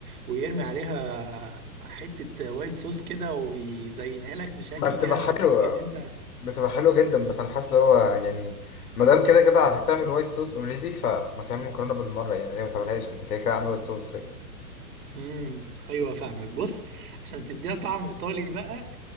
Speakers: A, on the right; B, on the left.
A: ويرمي عليها حتة وايت صوص كده ويزينها لك بشكل
B: ما بتبقى
A: كده
B: حلوه
A: خسيتك ان انت
B: بتبقى حلوه جدا بس انا حاسس اللي هو يعني ما دام كده كده هتعمل وايت صوص اوريدي فما تعمل مكرونه بالمره يعني ليه ما تعملهاش انت كده كده عامل وايت صوص
A: امم ايوه فاهمك بص عشان تديها طعم ايطالي بقى